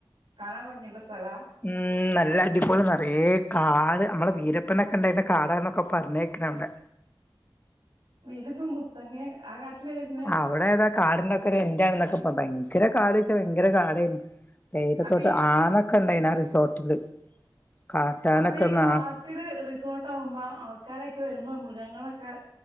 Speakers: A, on the right; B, on the left.
A: കാണാൻ ഭംഗിയുള്ള സ്ഥലാ
B: ഉം നല്ല ഡപോളി ഏ കാട് നമ്മളെ വീരപ്പനൊക്കെ ഇണ്ടായിന്റെ കാടന്നൊക്കെ പറഞ്ഞേക്കണ അവിടെ
A: വീരപ്പൻ മുത്തങ്ങ ആ കാട്ടിലായിരുന്നേ
B: അവിടെ ഏതാ കാടിന്റെ ഒക്കെ ഒരു എന്ണെന്നൊക്കെ അപ്പ ഭയങ്കര കാട് വെച്ച ഭയങ്കര കാട തേരത്തോട്ട്
A: അപ്പൊ ഈ
B: ആന കണ്ടെയ്നർ റിസോർട്ടില് കാട്ടാനൊക്കെ
A: അപ്പൊ ഈ കാട്ടില്
B: നാ
A: റിസോർട്ട് ആകുമ്പോ ആൾക്കാരൊക്കെ വരുമ്പോ മൃഗങ്ങളൊക്കെ